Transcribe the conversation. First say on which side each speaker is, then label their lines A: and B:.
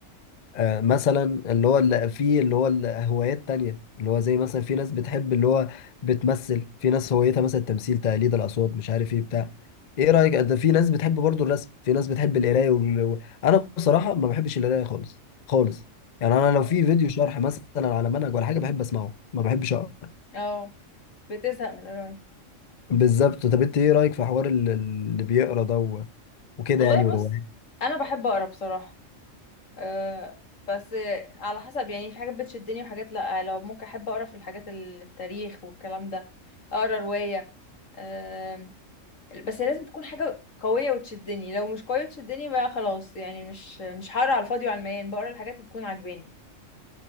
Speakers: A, on the left; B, on the left.
A: آه، مثلا اللي هو اللي فيه اللي هو الهوايات تانية اللي هو زي مثلا في ناس بتحب اللي هو بتمثل في ناس هوايتها مثلا التمثيل تقليد الأصوات مش عارف ايه بتاع ايه رأيك ده في ناس بتحب برضو الرسم في ناس بتحب القراية وال... و- انا بصراحة ما بحبش القراية خالص خالص يعني انا لو
B: نعم.
A: في فيديو شرح مثلا على منهج ولا حاجة بحب اسمعه ما بحبش اقرا
B: اه بتزهق من القراية
A: بالظبط طب انت ايه رأيك في حوار ال- اللي بيقرا ده و... وكده
B: والله
A: يعني وروايات
B: بص انا بحب اقرا بصراحة أه بس على حسب يعني في حاجات بتشدني وحاجات لا لو ممكن احب اقرا في الحاجات التاريخ والكلام ده اقرا رواية أه بس لازم تكون حاجة قوية وتشدني لو مش قوية وتشدني بقى خلاص يعني مش مش هقرا على الفاضي وعلى المليان بقرا الحاجات اللي تكون عاجباني